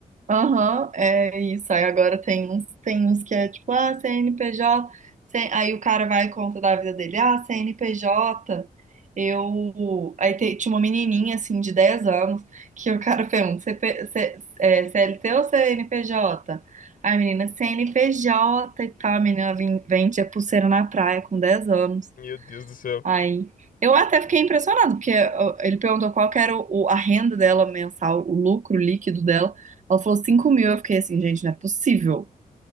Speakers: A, on the right; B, on the left.
A: Aham, é isso. Aí agora tem uns, tem uns que é tipo, ah, CNPJ. C- Aí o cara vai e conta da vida dele. Ah, CNPJ. Eu. Aí te- tinha uma menininha, assim, de 10 anos, que o cara pergunta: CP, C- é, CLT ou CNPJ? Aí a menina, CNPJ e tal. A menina vem vende a pulseira na praia com 10 anos.
B: Meu Deus do céu.
A: Aí, eu até fiquei impressionada, porque ó, ele perguntou qual que era o, o- a renda dela mensal, o lucro líquido dela. Ela falou 5 mil. Eu fiquei assim, gente, não é possível.